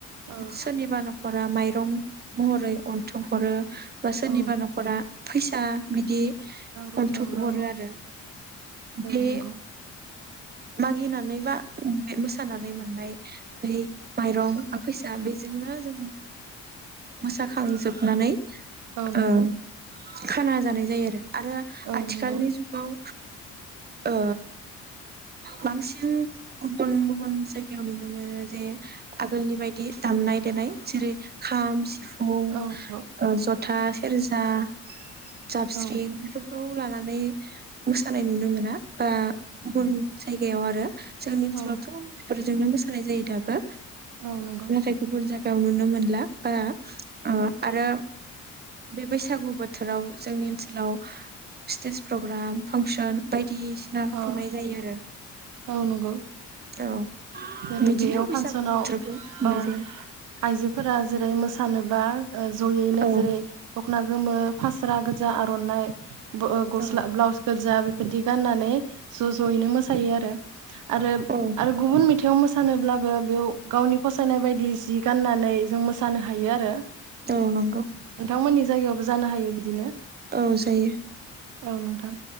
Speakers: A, on the right; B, on the right.
A: औ
B: सोरनिबा न' फोरा माइरं महरै अन्थोब हरो बा सोरनिबा
A: औ
B: न'खरा फैसा बिदि
A: औ
B: अन्थोब
A: औ
B: हरो आरो बे
A: औ नंगौ
B: मागिनानै बा मोसानानै मोननाय बे माइरं बा फैसा बेजोंनो जों मोसाखांजोबनानै
A: औ नंगौ
B: ओ खाना जानाय जायो आरो। आरो
A: औ
B: आथिखालनि
A: नंगौ
B: जुगाव ओ बांसिन गुबुन गुबुन जायगायाव नुनो मोनो जे आगोलनि बायदि दामनाय देनाय जेरै खाम, सि फुं
A: औ नंगौ
B: ओ जथ था, सेरजा जाबस्रिं
A: औ
B: खौ लानानै मोसानाय नुनो मोना बा गुबुन जायगायाव आरो जोंनि ओनसोलावथ'
A: औ
B: फोरजोंनो मोसानाय जायो दाबो।
A: औ नंगौ
B: नाथाय गुबुन जायगायाव नुनो मोनला बारा। ओ आरो बे बैसागु बोथोराव जोंनि ओनसोलाव स्टेज प्रग्राम, फांसन बाय दिसिना
A: अ
B: खुंनाय जायो आरो।
A: औ नंगौ
B: औ
A: जेरै
B: बिदिनो
A: बेयाव
B: बैसागु
A: फांसनाव
B: बोथोरखौ खुंनाय
A: औ
B: जायो
A: आइजोफोरा जेरै मोसानो बा जयैनो
B: औ
A: जेरै दख'ना गोमो फास्रा गोजा आर'नाइ गस्ला
B: औ
A: ब्लाउज गोजा बिदि गाननानै ज'ज'यैनो मोसा थायो आरो
B: औ
A: आरो गुबुन मेथायाव मोसोनोब्ला बो बेयाव गावनि फसायनाय बायदि जि जि गाननानै जों मोसानो हायो आरो। नोंथां
B: औ नंगौ
A: मोननि जायगावबो जानो हायो बिदिनो।
B: औ जायो।
A: औ नोंथां